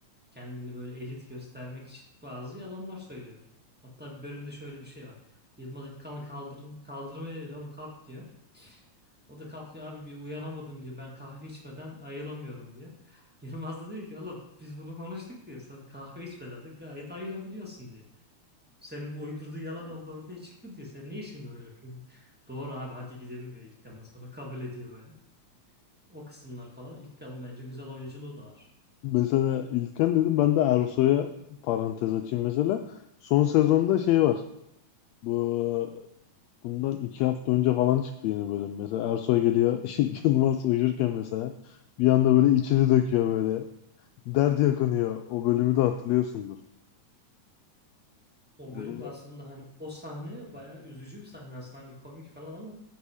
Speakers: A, on the right; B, on the left.
A: kendini böyle elit göstermek için bazı yalanlar söylüyor. Hatta bir bölümde şöyle bir şey var. Yılmaz İlkan'ı kaldır kaldırmaya diyor oğlum kalk diyor. O da kalkıyor abi diyor uyanamadım diyor ben kahve içmeden ayılamıyorum diyor. <laughs> Yılmaz da diyor ki oğlum biz bunu konuştuk diyor. Sen kahve içmeden de gayet ayılabiliyorsun diyor. Senin bu uydurduğu yalan oldu ortaya çıktı diyor. Sen niye şimdi böyle yapıyorsun? Doğru abi hadi gidelim diyor İlkan da sonra kabul ediyor böyle. O kısımlar falan ilk kalın bence güzel oyunculuğu da var.
B: Mesela İlkan dedim ben de Ersoy'a parantez açayım mesela. Son sezonda şey var. Bu Bundan iki hafta önce falan çıktı yeni bölüm. Mesela Ersoy geliyor <laughs> Yılmaz uyurken mesela bir anda böyle içini döküyor böyle. Dert yakınıyor. O bölümü de hatırlıyorsundur.
A: O
B: O
A: bölüm
B: da-
A: de aslında hani o sahne bayağı üzücü bir sahne aslında hani komik falan ama